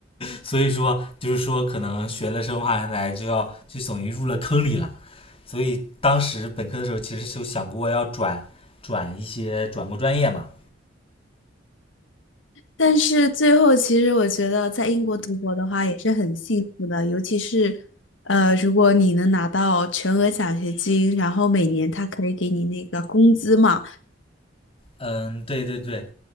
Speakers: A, on the left; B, on the left.
A: 所以说就是说可能学了生化人来就要就等于入了坑里了。所以当时本科的时候其实就想过要转转一些转过专业嘛。
B: 但是最后，其实我觉得在英国读博的话也是很幸福的，尤其是，呃，如果你能拿到全额奖学金，然后每年他可以给你那个工资嘛，
A: 嗯，对对对，